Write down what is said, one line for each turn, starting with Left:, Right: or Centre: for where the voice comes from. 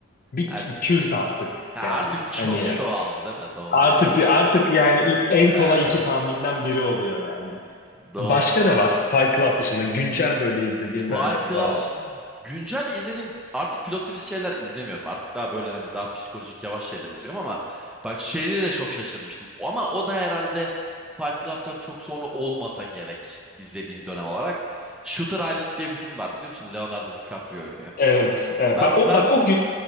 Left: bir
Centre: Ha,
Left: k- kült artık
Centre: ha, artık
Left: yani.
Centre: çok
Left: Hani
Centre: çoğaldı değil mi? Doğru
Left: artık
Centre: yani.
Left: artık yani ilk- en
Centre: Evet,
Left: kolay iki tahminden biri oluyor yani.
Centre: doğru
Left: Başka
Centre: diyorsun.
Left: ne var? Fight Club dışında güncel böyle izlediğim
Centre: Fight
Left: ben hani wow.
Centre: Club dışında güncel izlediğim artık pilot twist şeyler izlemiyorum. Artık daha böyle hani daha psikolojik yavaş şeyler izliyorum ama bak şeyde de çok şaşırmıştım. Ama o da herhalde Fight Club'tan çok sonra olmasa gerek izlediğim dönem olarak. Shooter Island diye bir film var biliyor musun? Leonardo DiCaprio oynuyor.
Left: Evet, evet.
Centre: Ben
Left: Bak o
Centre: ben
Left: bak o gün